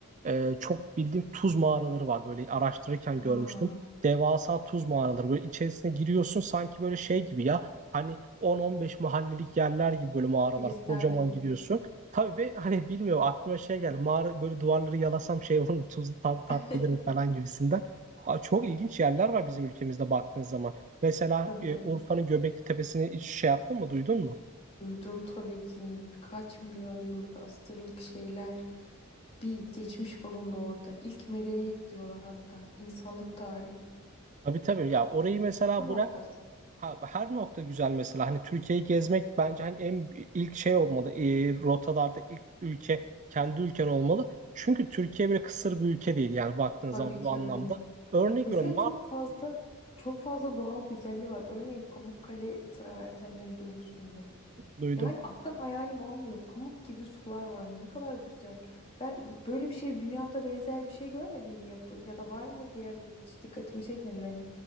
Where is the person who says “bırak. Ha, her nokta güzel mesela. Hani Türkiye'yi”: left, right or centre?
Right